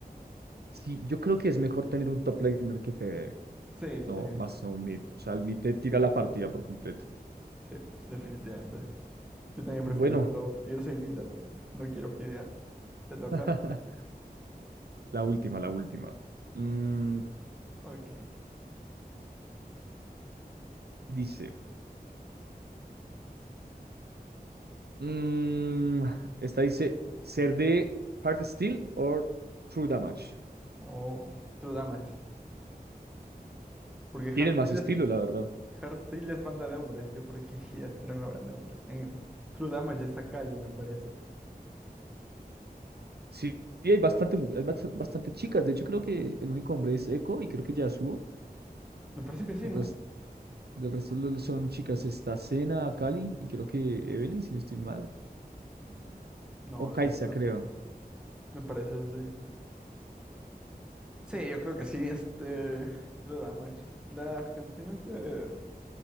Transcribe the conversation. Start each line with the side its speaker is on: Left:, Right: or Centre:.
Right: sí, yo creo que es mejor tener un top laner que Fede,
Centre: Sí,
Right: no,
Centre: sí.
Right: más no un mid. O sea, el mid te tira la partida por completo.
Centre: Sí, p- definitivamente. Yo también prefiero
Right: Bueno,
Centre: top. Yo soy mid, así que no quiero fidear. ¿Te toca?
Right: <laughs> la última, la última. Mm,
Centre: Ok.
Right: dice, mm, esta dice, ser de Hard Steel o True Damage.
Centre: O True Damage. Porque Hard
Right: Tienen más
Centre: Seal
Right: estilo,
Centre: es,
Right: la verdad.
Centre: Hard Seal es banda de hombres. Yo por qué iría a estar en una banda de hombres. En- True Damage está Cali, me parece.
Right: Sí, y hay bastante, mu- hay bast- bastante chicas. De hecho, creo que el único hombre es Echo y creo que Yasuo.
Centre: Me parece que sí,
Right: El
Centre: ¿no?
Right: resto, el resto lo- son chicas. Está Senna, Akali y creo que Evelyn, si no estoy mal.
Centre: Mm, No,
Right: O
Centre: Evelyn,
Right: Kai'Sa,
Centre: creo
Right: creo.
Centre: que no. Me parece, sí. Sí, yo creo que sí, este, True Damage. Las canciones de,